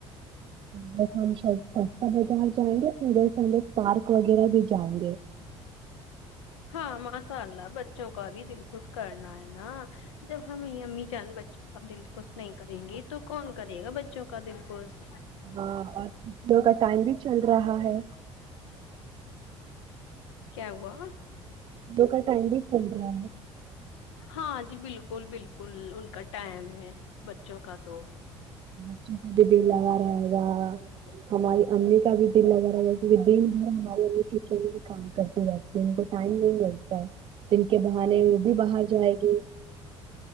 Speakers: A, on the right (about 35°); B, on the left (about 70°).
A: ا ہم سہ بازار جائیں گےدھر سے ہم پارک وغیرہ بھی جائیں گے
B: ہاں ماشاء اللہ بچوں کا بھی دل کوش کرنا ہے نا جب ہم یہ امی چان بچوں کا دل کوش نہیں کریں گے تو کون کرے گا بچوں کا دل کوش
A: ہاں اور چھٹیوں کا ٹائم بھی چل رہا ہے
B: کیا ہوا
A: ل کا ٹائ بھی بن رہا ہے
B: ہاں جی بالکل بالکل ان کا ٹائم ہے بچوں کا تو
A: بچوں کا بھی دل لگا رہے گا ہماری امی کا بھی دل لگا رہے گا کیونکہ دن بھر ہماری امی کچن میں ہی کام کرتی رہتی ہے ان کو ٹائم نہیں لگتا ہے جن کے بہانے وہ بھی باہر جائے گی